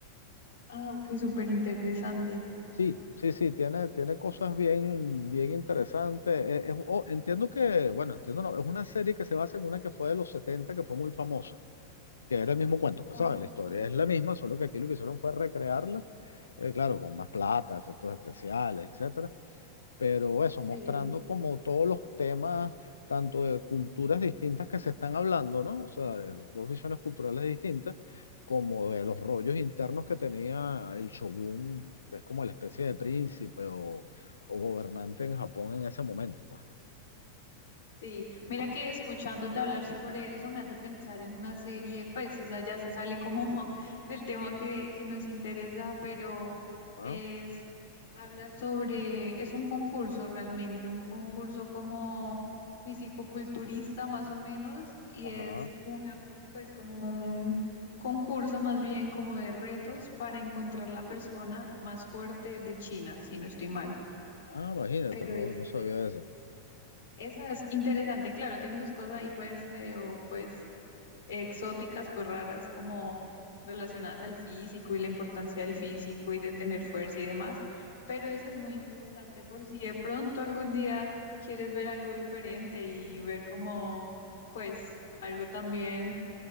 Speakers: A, on the left (about 55°); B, on the left (about 70°).
A: Ah, ok, súper interesante.
B: Sí, sí, sí, tiene, tiene cosas bien, bien interesantes. Eh, es- oh, entiendo que, bueno, entiendo, no, es una serie que se basa en una que fue de los 70 que fue muy famosa. que era el mismo cuento, pues
A: Ah,
B: sabes, la historia
A: ok.
B: es la misma, solo que aquí lo que hicieron fue recrearla, eh, claro, con más plata, efectos especiales, etcétera, pero eso,
A: Sí,
B: mostrando como todos los temas, tanto de culturas distintas que se están hablando, ¿no? O sea, de los dos visiones culturales distintas, como de los rollos internos que tenía el shogun, que es como la especie de príncipe o, o gobernante en Japón en ese momento, pues.
A: Sí, mira que escuchándote hablar sobre eso me hace pensar en una serie, pues, o sea, ya se sale como <laughs> del tema que, que nos interesa, pero
B: Ajá,
A: es, habla sobre, es un concurso realmente, un concurso como físico culturista más o menos, y
B: ajá.
A: es una, pues, como un concurso más bien como de retos para encontrar la persona más fuerte de China, si no estoy mal.
B: Ah, imagínate,
A: Pero
B: no,
A: es
B: no sabía eso.
A: esa es interesante, claro, tiene sus cosas ahí pues medio pues exóticas, pues raras como relacionadas al físico y la importancia del físico y de tener fuerza y demás, pero eso es muy interesante por si de pronto algún día quieres ver algo diferente y ver como pues algo también